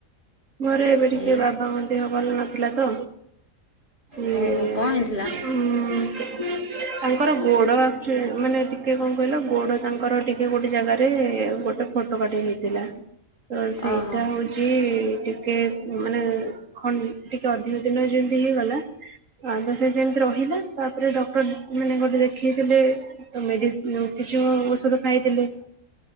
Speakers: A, on the right; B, on the left.
A: ଘରେ ଏବେ ଟିକେ
B: ଏଇ
A: ବାବାଙ୍କ ଦେହ ଭଲ ନଥିଲା ତ ସିଏ
B: ଓହୋ କଣ ହେଇଥିଲା?
A: ହୁଁ। ତାଙ୍କର ଗୋଡ଼ ଆକ ମାନେ ଟିକେ କଣ କହିଲ ଗୋଡ଼ ତାଙ୍କର ଟିକେ ଗୋଟେ ଜାଗାରେ ଗୋଟେ ଫଟ ଫୋଟକାଟେ ହେଇଥିଲା ତ ସେଇଟା
B: ଓହୋ
A: ହଉଛି ଟିକେ ମାନେ ଖନ ଟିକେ ଅଧିକ ଦିନ ଯେମତି ହେଇଗଲା। ଆଉତ ସେ ସେମିତି ରହିଲା ତାପରେ ଡକ୍ଟର ମାନେ ଗୋଟେ ଦେଖେଇଥିଲେ ମେଡ଼ିସିନ କିଛି ଔଷଧ ଖାଇଥିଲି